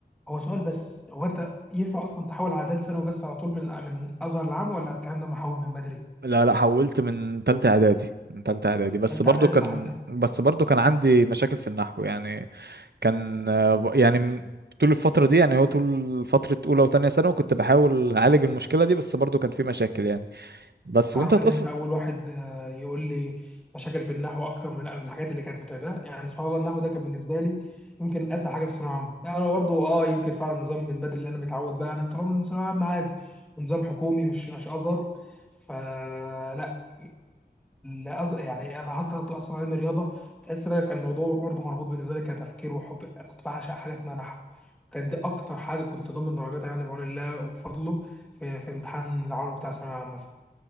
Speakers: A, in the centre; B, on the right.
A: هو سؤال بس هو انت ينفع اصلا تحول على ثالث ثانوي بس على طول من من ازهر العام ولا الكلام ده محول من بدري
B: لا لا حولت من تالتة اعدادي من تالتة اعدادي بس
A: ثالثه
B: برضو
A: اعدادي
B: كان
A: صح
B: بس برضو كان عندي مشاكل في النحو يعني كان آه، يعني م- طول الفترة دي يعني هو طول فترة أولى وتانية ثانوي كنت بحاول أعالج المشكلة دي بس برضو كان في مشاكل يعني بس
A: تعرف
B: وأنت هتقص
A: ان انت اول واحد آه، يقول لي مشاكل في النحو اكتر من من الحاجات اللي كانت متعبه يعني سبحان الله النحو ده كان بالنسبه لي يمكن اسهل حاجه في الثانويه العامه يعني انا برضه اه يمكن فعلا نظام من بدري اللي انا متعود بقى انا طول عمري من ثانويه عامه عادي ونظام حكومي مش مش ازهر فلا لا لا أز... يعني انا حتى اصلا علم رياضه تحس ان أنا كان الموضوع برضه مربوط بالنسبه لي كتفكير وحب انا كنت بعشق حاجه اسمها نحو كان دي اكتر حاجه كنت ضامن درجاتها يعني بعون الله وفضله في في امتحان العربي بتاع ثانويه عامه